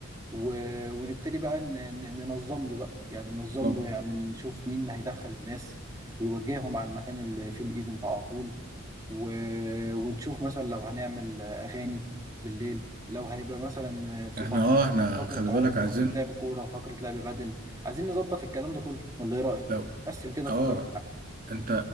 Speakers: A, on the right (about 15°); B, on the right (about 45°).
A: و- ونبتدي بقى ن- ن- ننظم له بقى يعني ننظم
B: طب
A: له يعني نشوف مين اللي هيدخل الناس ويوجههم على المكان اللي فيه الايفنت على طول و... ونشوف مثلا لو هنعمل اغاني بالليل لو هيبقى مثلا في
B: احنا
A: فقرة
B: اه احنا
A: فقرة
B: خلي
A: عوم
B: بالك عايزين
A: فقرة لعب كورة فقرة لعب بدل عايزين نظبط الكلام ده كله ولا ايه رأيك؟
B: لو
A: قسم كده الفقرات
B: اه
A: معاك.
B: انت